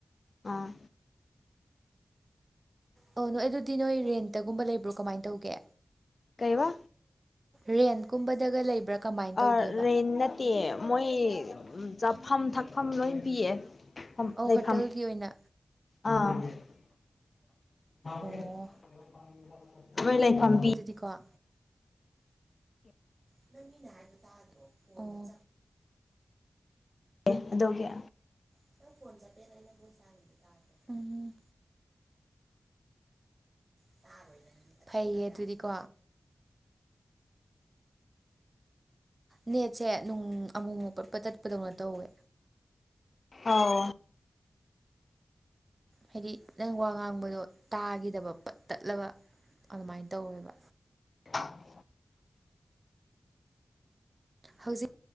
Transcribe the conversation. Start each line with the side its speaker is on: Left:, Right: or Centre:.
Left: ꯑꯥ
Right: ꯑꯣ ꯅꯣꯏ ꯑꯗꯨꯗꯤ ꯅꯣꯏ ꯔꯦꯟꯇꯒꯨꯝꯕ ꯂꯩꯕ꯭ꯔꯣ ꯀꯃꯥꯏꯅ ꯇꯧꯒꯦ
Left: ꯀꯩꯕ
Right: ꯔꯦꯟ ꯀꯨꯝꯕꯗꯒ ꯂꯩꯕ꯭ꯔꯥ ꯀꯃꯥꯏꯅ ꯇꯧꯒꯦꯕ
Left: ꯑ ꯔꯦꯟ ꯅꯠꯇꯦ ꯃꯣꯏ ꯆꯥꯐꯝ ꯊꯛꯐꯝ ꯂꯣꯏ ꯄꯤꯌꯦ
Right: ꯑꯧ
Left: ꯂꯩꯐꯝ
Right: ꯍꯣꯇꯦꯜꯒꯤ ꯑꯣꯏꯅ
Left: ꯑꯥ <unintelligible>
Right: ꯑꯣ
Left: ꯃꯣꯏ ꯂꯩ ꯐꯝ ꯄꯤ
Right: ꯀꯣ ꯅꯪ ꯃꯤꯅ ꯍꯥꯏꯗꯣ ꯇꯥꯗ꯭ꯔꯣ ꯑꯣ
Left: <unintelligible> ꯑꯗꯨꯒꯤ
Right: <unintelligible> ꯎꯝ <unintelligible> ꯐꯩꯌꯦ ꯑꯗꯨꯗꯤꯀꯣ ꯅꯦꯠꯁꯦ ꯅꯨꯡ ꯑꯃꯨꯛꯃꯨꯛ ꯄꯠꯄꯠ ꯇꯠꯄꯗꯧꯅ ꯇꯧꯋꯦ
Left: ꯑꯥꯎ
Right: ꯍꯥꯏꯗꯤ ꯅꯪ ꯋꯥ ꯉꯥꯡꯕꯗꯣ ꯇꯥꯈꯤꯗꯕ ꯄꯠ ꯇꯠꯂꯒ ꯑꯗꯨꯃꯥꯏꯅ ꯇꯧꯋꯦꯕ
Left: <unintelligible>
Right: ꯍꯧꯖꯤꯛ